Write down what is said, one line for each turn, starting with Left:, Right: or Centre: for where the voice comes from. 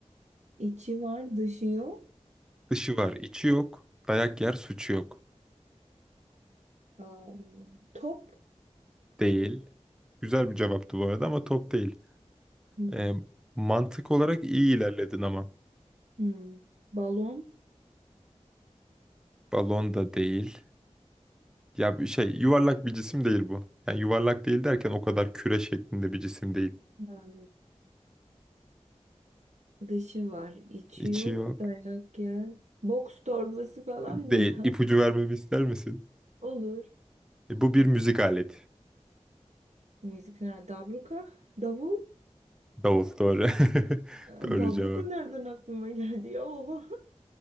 Right: İçi var, dışı yok.
Centre: Dışı var, içi yok. Dayak yer, suçu yok.
Right: Aa, top.
Centre: Değil. Güzel bir cevaptı bu arada ama top değil.
Right: Hmm.
Centre: Ee, mantık olarak iyi ilerledin ama.
Right: Hmm. Balon.
Centre: Balon da değil. Ya bir şey yuvarlak bir cisim değil bu. Yani yuvarlak değil derken o kadar küre şeklinde bir cisim değil.
Right: Hmm. Dışı var, içi
Centre: İçi
Right: yok.
Centre: yok.
Right: Dayak yer. Boks torbası falan
Centre: Değil.
Right: mı ya?
Centre: İpucu vermemi ister misin?
Right: <laughs> Olur.
Centre: E, bu bir müzik aleti.
Right: Müzik. ha, Dabruka. Davul.
Centre: Davul doğru. <laughs>
Right: Aa,
Centre: Doğru
Right: Dabruka
Centre: cevap.
Right: nereden aklıma geldi ya? Oha.